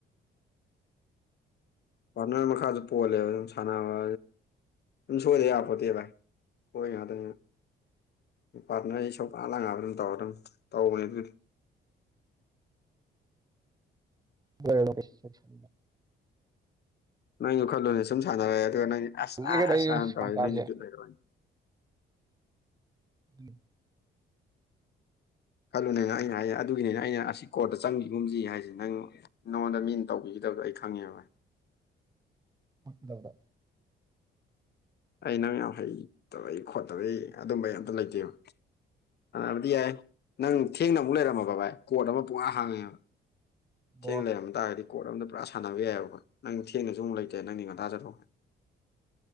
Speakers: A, on the left; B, on the right.
A: ꯄꯥꯔꯠꯅꯔ ꯃꯈꯥꯁꯨ ꯄꯣꯜꯂꯦꯕ ꯑꯗꯨꯝ ꯁꯥꯟꯅꯕ ꯑꯗꯨꯝ ꯁꯣꯏꯗ ꯌꯥꯄꯣꯠꯇꯦ ꯚꯥꯏ ꯍꯣꯏ ꯌꯥꯗ ꯄꯥꯔꯠꯅꯔ ꯑꯩ ꯁꯧꯄ ꯂꯪꯉꯛꯑ ꯑꯗꯨꯝ ꯇꯧꯔꯒ ꯑꯗꯨꯝ ꯇꯧꯕꯅꯦ ꯑꯗꯨ
B: ꯂꯁ ꯁ
A: ꯅꯪ ꯌꯣꯈꯠꯂꯣꯅꯦ ꯁꯨꯝ ꯁꯥꯟꯅꯔꯛꯑꯦ ꯑꯗꯨꯒ ꯅ ꯑꯁ
B: ꯀꯩꯅꯣ
A: ꯑꯥ ꯑꯁ
B: ꯑꯩ
A: ꯑ ꯇꯧꯔꯦ
B: ꯁꯪ ꯇꯥꯕꯁꯦ
A: ꯅꯪ ꯅꯨꯃꯤꯄꯤꯠ ꯂꯩꯈ꯭ꯔꯣꯏꯅꯤ
B: ꯎꯝ
A: ꯈꯜꯂꯨꯅꯦ ꯑꯩꯅ ꯍꯥꯏꯌꯦ ꯑꯗꯨꯒꯤꯅꯤꯅꯦ ꯑꯩꯅ ꯑꯁꯤ ꯀꯣꯔꯠꯇ ꯆꯪꯕꯤꯒꯨꯝꯁꯤ ꯍꯥꯏꯁꯦ ꯅꯪ ꯅꯉꯣꯟꯗ ꯃꯤꯅ ꯇꯧꯕꯤꯒꯗꯕꯗꯣ ꯑꯩ ꯈꯪꯉꯦꯕ
B: ꯎꯗꯧꯗ
A: ꯑꯩꯅꯪ ꯌꯥꯝ ꯍꯩꯇꯕꯩ ꯈꯣꯠꯇꯕꯩ ꯑꯗꯨꯝꯕ ꯌꯥꯝꯇ ꯂꯩꯇꯦꯕ ꯑꯗꯨꯕꯗꯤ ꯌꯥꯏ ꯅꯪ ꯊꯦꯡꯅ ꯑꯃꯨꯛ ꯂꯩꯔꯝꯃꯕ ꯚꯥꯏ ꯀꯣꯔꯠ ꯑꯃ ꯄꯨꯨꯡꯔꯥ ꯍꯥꯡꯉꯦꯕ ꯁꯤꯦꯃ
B: ꯑꯣ
A: ꯇ ꯍꯥꯏ ꯀꯣꯔꯣꯠ ꯑꯃꯗ ꯄꯨꯔꯥ ꯁꯥꯟꯅꯕ ꯌꯥꯏꯕ ꯑꯩꯈꯣꯏꯪ ꯊꯦꯡꯅꯁꯨ ꯑꯃꯨꯛ ꯂꯩꯇꯦ ꯅꯪꯗꯤ ꯉꯟꯊꯥꯖꯔꯛꯒꯦ